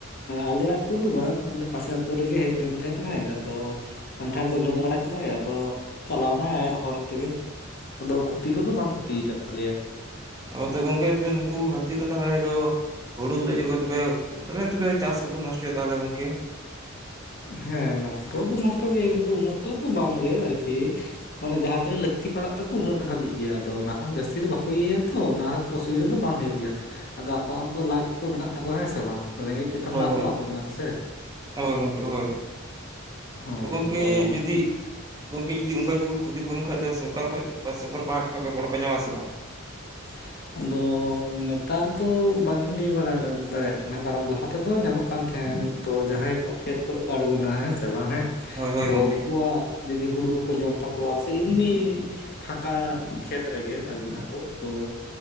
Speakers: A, on the left; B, on the right.
A: ᱟᱞᱮ ᱟᱹᱛᱩ ᱫᱚ ᱵᱟᱝ ᱟᱞᱮ ᱯᱟᱥᱮ ᱟᱛᱳ ᱨᱮᱜᱮ ᱦᱮᱡ ᱞᱮᱱ ᱛᱟᱦᱮᱸᱜ ᱟᱭ ᱟᱫᱚᱼᱼ ᱠᱟᱱᱴᱷᱟᱲ ᱠᱚ ᱡᱚᱢ ᱵᱟᱲᱟ ᱠᱮᱫᱟᱭ ᱟᱫᱚ ᱪᱟᱞᱟᱣ ᱮᱱᱟᱭ ᱟᱭᱟᱜ ᱦᱚᱨ ᱛᱮᱜᱮ ᱟᱫᱚ ᱠᱷᱚᱛᱤ ᱠᱚᱫᱚ ᱵᱟᱝ ᱠᱷᱚᱛᱤᱭ ᱟᱠᱟᱫ ᱛᱟᱞᱮᱭᱟᱭ
B: <unintelligible> ᱜᱚᱝᱠᱮ ᱛᱚᱵᱮ ᱱᱩᱠᱩ ᱦᱟᱹᱛᱤ ᱫᱚ <unintelligible> ᱫᱚ <unintelligible> ᱛᱚᱵᱮ ᱛᱚᱵᱮ ᱪᱟᱥ ᱦᱚᱸᱠᱚ ᱱᱚᱥᱴᱭᱟ ᱛᱟᱦᱚᱞᱮ ᱜᱚᱝᱠᱮ
A: ᱦᱮᱸ ᱱᱚᱥᱴᱚ ᱫᱚ ᱱᱚᱥᱴᱚ ᱜᱮᱭᱟ ᱠᱤᱱᱛᱩ ᱩᱱᱟᱹᱜ ᱛᱚᱛᱚ ᱵᱟᱝ ᱜᱮ ᱟᱨᱠᱤ ᱢᱟᱱᱮ ᱡᱟᱦᱟᱸ ᱛᱤᱱᱟᱹᱜ ᱞᱟᱹᱠᱛᱤ ᱯᱟᱲᱟᱜ ᱛᱟᱠᱚ ᱩᱱᱟᱹᱜ ᱴᱟᱜ ᱦᱟᱹᱵᱤᱡ ᱜᱮᱭᱟ ᱟᱫᱚ ᱚᱱᱟ ᱠᱷᱚᱱ ᱡᱟᱹᱥᱛᱤ ᱫᱚ ᱵᱟᱠᱚ ᱤᱭᱟᱹᱭᱟ ᱛᱚ ᱚᱱᱟᱼᱼ ᱚᱥᱩᱵᱤᱫᱟ ᱫᱚ ᱵᱟᱝ ᱦᱩᱭᱩᱜ ᱜᱮᱭᱟ ᱟᱫᱚ ᱟᱠᱚᱣᱟᱜ ᱦᱚᱸᱛᱚ ᱞᱟᱡ ᱠᱚ ᱢᱮᱱᱟᱜ ᱛᱟᱠᱚᱣᱟ ᱦᱮᱸ ᱥᱮ ᱵᱟᱝ ᱨᱮᱸᱜᱮᱡ ᱛᱮᱛᱟᱝ
B: ᱦᱳᱭ
A: ᱫᱚ ᱟᱠᱚᱣᱟᱜ
B: ᱜᱚᱝ
A: ᱦᱚᱛᱚ ᱢᱮᱱᱟᱜ <unintelligible> ᱥᱮ
B: ᱦᱳᱭ ᱜᱚᱢᱠᱮ ᱦᱳᱭ
A: ᱦᱳᱭ
B: ᱛᱚ ᱜᱚᱢᱠᱮ
A: ᱚᱱᱟ
B: ᱡᱩᱫᱤᱼᱼ ᱜᱚᱝᱠᱮ ᱡᱩᱫᱤ ᱚᱱᱠᱟ ᱡᱩᱫᱤ ᱠᱚ ᱠᱷᱚᱛᱤ ᱯᱩᱨᱩᱱ ᱠᱷᱟᱡ ᱫᱚ ᱥᱚᱨᱠᱟᱨ ᱠᱷᱚᱡ ᱥᱚᱨᱠᱟᱨ ᱯᱟᱦᱟᱴᱟ ᱠᱷᱚᱱ ᱜᱚᱲᱚ ᱯᱮ ᱧᱟᱢᱟ ᱥᱮ ᱵᱟᱝ?
A: <inaudible> ᱟᱫᱚ ᱱᱮᱛᱟᱨ ᱫᱚ ᱵᱟᱹᱞᱤᱧ ᱞᱟᱹᱭ ᱵᱟᱲᱟ ᱫᱟᱲᱮᱭᱟᱜ ᱠᱟᱱᱟ ᱠᱟᱨᱚᱱ ᱞᱟᱦᱟ ᱛᱮ ᱫᱚ ᱧᱟᱢᱚᱜ ᱠᱟᱱ ᱛᱟᱦᱮᱸᱫ ᱛᱚ ᱡᱟᱦᱟᱸᱭ ᱠᱚᱣᱟᱜ ᱠᱷᱮᱛ ᱠᱚᱨᱮ ᱠᱚ ᱟᱲᱜᱚᱱᱟ ᱦᱮᱸ ᱥᱮ ᱵᱟᱝ ᱦᱮᱸ
B: ᱦᱳᱭ ᱦᱳᱭ
A: ᱛᱚ
B: ᱜᱚᱝᱠᱮ
A: ᱩᱱᱠᱩᱣᱟᱜ ᱡᱩᱫᱤ ᱦᱩᱲᱩ ᱠᱚᱠᱚ ᱡᱚᱢ ᱛᱟᱠᱚᱣᱟ ᱥᱮ ᱮᱢᱱᱤᱼᱼ ᱯᱷᱟᱠᱟ ᱠᱷᱮᱛ ᱨᱮᱜᱮ ᱟᱬᱜᱚᱱ ᱟᱠᱚ ᱛᱚᱼᱼ